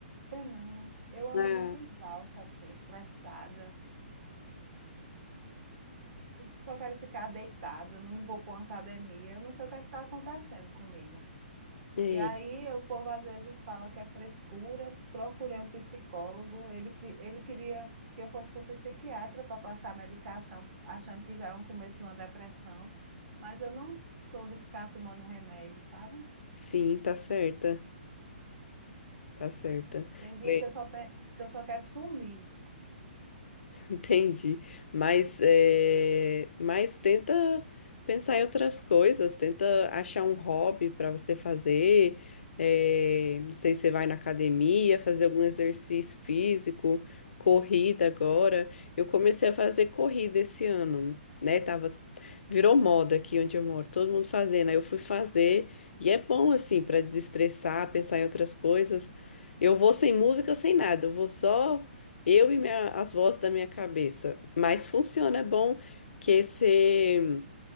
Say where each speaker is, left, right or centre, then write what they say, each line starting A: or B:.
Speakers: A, on the right; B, on the left.
A: Tem não. Eu ando
B: Ah,
A: muito exausta, assim, estressada. só quero ficar deitada, não vou para uma academia, eu não sei o que é que está acontecendo comigo.
B: é.
A: E aí o povo às vezes fala que é frescura, procurei um psicólogo, ele, pe- ele queria que eu fosse para o psiquiatra para passar medicação, achando que já é um começo de uma depressão, mas eu não sou de ficar tomando remédio, sabe?
B: Sim, tá certa. Tá certa.
A: Tem dia
B: É,
A: que eu só, pe- que eu só quero sumir
B: <laughs> entendi. Mas, é, mas tenta pensar em outras coisas, tenta achar um hobby para você fazer. é, não sei se você vai na academia, fazer algum exercício físico, corrida agora. Eu comecei a fazer corrida esse ano, né? Tava, virou moda aqui onde eu moro, todo mundo fazendo. Aí eu fui fazer, e é bom assim para desestressar, pensar em outras coisas. Eu vou sem música, sem nada, eu vou só. Eu e minha- as vozes da minha cabeça. Mas funciona, é bom que você